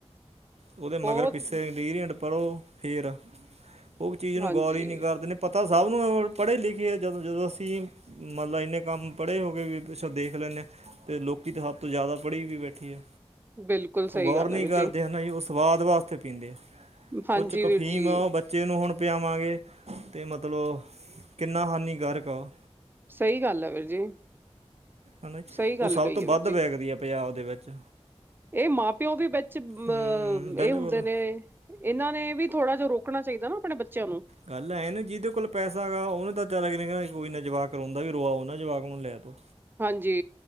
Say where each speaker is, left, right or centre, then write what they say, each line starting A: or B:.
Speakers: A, on the right; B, on the right.
A: ਉਹਦੇ ਮਗਰ
B: ਬਹੁਤ
A: ਪਿੱਸੇ ਇਡੀਰੀਅਟ ਪੜ੍ਹੋ ਫਿਰ, ਉਹ ਚੀਜ਼ ਨੂੰ
B: ਹਾਂਜੀ
A: ਗੌਰ ਹੀ ਨਹੀਂ ਕਰਦੇ। ਪਤਾ ਸਭ ਨੂੰ ਆ, ਪੜ੍ਹੇ-ਲਿਖੇ, ਜਦ-ਜਦੋਂ ਅਸੀਂ ਮਤਲਬ ਇੰਨੇ ਕੰਮ, ਪੜ੍ਹੇ ਹੋਕੇ ਵੀ ਪਿੱਛੋਂ ਦੇਖ ਲੈਂਨੇ ਹਾਂ। ਤੇ ਲੋਕੀ ਤੇ ਹੱਦ ਤੋਂ ਜ਼ਿਆਦਾ ਪੜ੍ਹੀ ਵੀ ਬੈਠੀ ਆ,
B: ਬਿਲਕੁਲ ਸਹੀ
A: ਉਹ ਗੌਰ
B: ਗੱਲ
A: ਨੀ
B: ਹੈ ਵੀਰ
A: ਕਰਦੇ ਹਨਾ ਜੀ, ਉਸ ਸਵਾਦ ਵਾਸਤੇ ਪੀਂਦੇ ਆ,
B: ਹਾਂਜੀ
A: ਉਹ'ਚ ਕ
B: ਵੀਰ
A: ਫੀਮ
B: ਜੀ
A: ਆ, ਉਹ ਬੱਚੇ ਬੱਚੇ ਨੂੰ ਹੁਣ ਪਿਆਵਾਂਗੇ, ਤੇ ਮਤਲਬ ਕਿੰਨਾ ਹਾਨੀਕਾਰਕ ਆ ਓਹ।
B: ਸਹੀ ਗੱਲ ਆ, ਵੀਰ ਜੀ।
A: ਹਨਾ ਜੀ,
B: ਸਹੀ ਗੱਲ
A: ਉਹ ਸਭ
B: ਕਹੀ
A: ਤੋਂ
B: ਹੈ
A: ਵੱਧ
B: ਵੀਰ ਜੀ
A: ਵੈਕਦੀ ਆ, ਪੰਜਾਬ ਦੇ ਵਿੱਚ।
B: ਇਹ ਮਾਂ-ਪਿਓ ਵੀ ਵਿੱਚ ਅ
A: ਹੂੰ ਬਿਲਕੁਲ
B: ਇਹ ਹੁੰਦੇ ਨੇ, ਇਹਨਾਂ ਨੇ ਵੀ ਥੋੜਾ ਜਿਹਾ ਰੁਕ ਰੋਕਣਾ ਚਾਹੀਦਾ ਨਾ, ਆਪਣੇ ਬੱਚਿਆਂ ਨੂੰ।
A: ਗੱਲ ਹੈ ਨਾ, ਜਿਹਦੇ ਕੋਲ ਪੈਸਾ ਹੈਗਾ ਉਹਨੂੰ ਤਾਂ ਕਾਰਾਗ ਨੇ ਕਹਿਣਾ, ਕੋਈ ਨਾ ਜਵਾਕ ਰੋਂਦਾ ਵੀ ਰੁਵਾਓ ਨਾ, ਜਵਾਕ ਨੂੰ ਲੈ ਲੋ
B: ਹਾਂਜੀ।